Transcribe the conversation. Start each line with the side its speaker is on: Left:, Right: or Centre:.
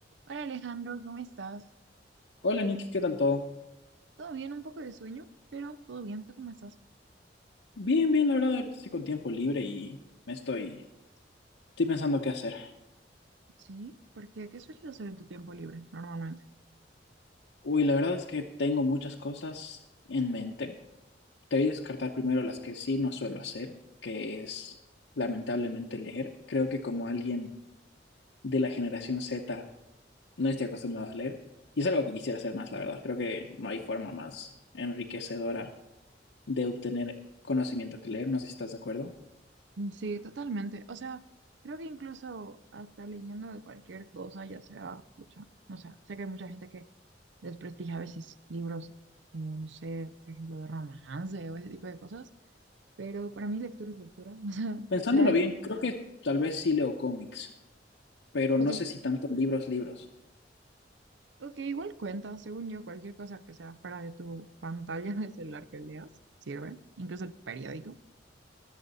Right: Hola Alejandro, ¿cómo estás?
Left: Hola Nicky, ¿qué tal todo?
Right: Todo bien, un poco de sueño, pero todo bien, ¿tú cómo estás?
Left: Bien, bien, la verdad, ahorita estoy con tiempo libre y me estoy, estoy pensando qué hacer.
Right: Sí, porque ¿qué sueles hacer en tu tiempo libre normalmente?
Left: Uy, la verdad es que tengo muchas cosas en mente. Te voy a descartar primero las que sí no suelo hacer, que es lamentablemente leer. Creo que como alguien de la generación Z no estoy acostumbrado a leer y es algo que quisiera hacer más, la verdad. Creo que no hay forma más enriquecedora de obtener conocimiento que leer, no sé si estás de acuerdo.
Right: Mm, Sí, totalmente. O sea, creo que incluso hasta leyendo de cualquier cosa, ya sea, escucha, no sé, sé que hay mucha gente que desprestigia a veces libros como, no sé, por ejemplo, de romance o ese tipo de cosas, pero para mí lectura es lectura, <laughs> o sea,
Left: Pensándolo
Right: sea, lo
Left: bien,
Right: que
Left: creo
Right: sea.
Left: que tal vez sí leo cómics. pero
Right: Ok,
Left: no sé si tanto libros, libros.
Right: Ok, igual cuenta, según yo, cualquier cosa que sea fuera de tu pantalla de celular que leas, sirve, incluso el periódico.